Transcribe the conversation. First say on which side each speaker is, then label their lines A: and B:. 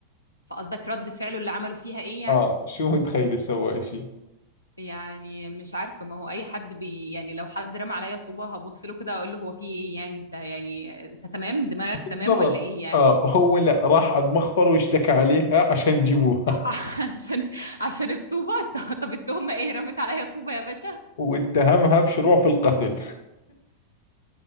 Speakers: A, on the left; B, on the left.
A: فقصدك رد فعله اللي عمله فيها ايه يعني
B: آه شو متخيل سوى إشي
A: يعني مش عارفة ما هو أي حد بي يعني لو حد رمى عليا طوبة هبص له كده أقول له هو في إيه يعني أنت يعني أنت تمام دماغك
B: بالضبط
A: تمام ولا إيه يعني
B: آه هو لا راح على المخفر واشتكى عليها عشان يجيبوها
A: <laughs> عشان عشان الطوبة <laughs> طب التهمة إيه رمت عليا طوبة يا باشا
B: <laughs> واتهمها بشروع في القتل